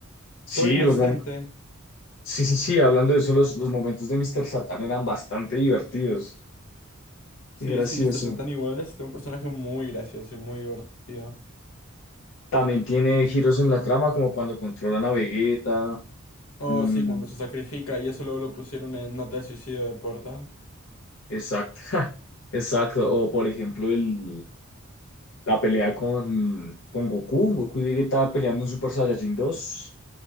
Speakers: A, on the left; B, on the left.
A: Sí,
B: Todo inocente.
A: los mom- sí, sí, sí, hablando de eso, los, los momentos de Mr. Satan eran bastante divertidos.
B: Sí,
A: Qué gracioso.
B: sí, Mr. Satan igual es un personaje muy gracioso y muy divertido.
A: También tiene giros en la trama, como cuando controlan a Vegeta.
B: Oh,
A: mm,
B: sí, cuando se sacrifica y eso luego lo pusieron en Nota de Suicidio de Porta.
A: exacto. Exacto, o por ejemplo el, la pelea con, con Goku, Goku y Vegeta peleando en Super Saiyajin 2.